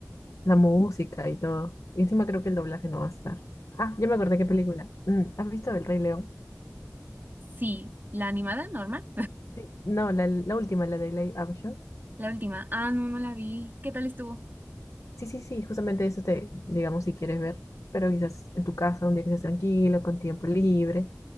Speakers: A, on the left (about 70°); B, on the right (about 35°).
A: La música y todo. Y encima creo que el doblaje no va a estar. Ah, ya me acordé qué película. Mm, ¿has visto El Rey León?
B: Sí, la animada normal.
A: Sí. No, la, la última, la de Live Action.
B: La última. Ah, no, no la vi. ¿Qué tal estuvo?
A: Sí, sí, sí, justamente eso te, digamos, si quieres ver. Pero quizás en tu casa, un día que estés tranquilo, con tiempo libre.